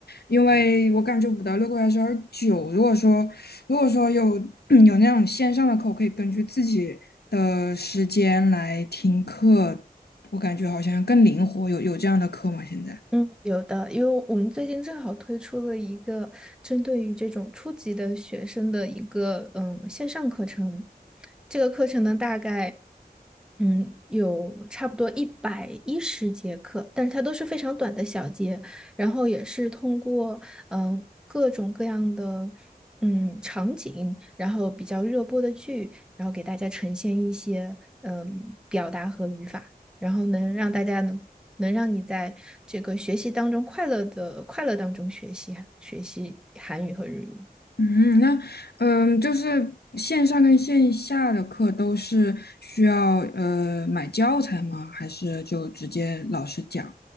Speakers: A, on the left (about 85°); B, in the centre.
A: 因为我感觉五到六个月还是有点久。如果说如果说有 <clears throat> 有那种线上的课，我可以根据自己的时间来听课，我感觉好像更灵活。有有这样的课吗？现在？
B: 嗯，有的，因为我们最近正好推出了一个针对于这种初级的学生的一个嗯线上课程。这个课程呢，大概嗯有差不多一百一十节课，但是它都是非常短的小节，然后也是通过嗯各种各样的嗯场景，然后比较热播的剧，然后给大家呈现一些嗯表达和语法。然后能让大家能能让你在这个学习当中快乐的快乐当中学习学习韩语和日语。
A: 嗯，那嗯，就是线上跟线下的课都是需要呃买教材吗？还是就直接老师讲？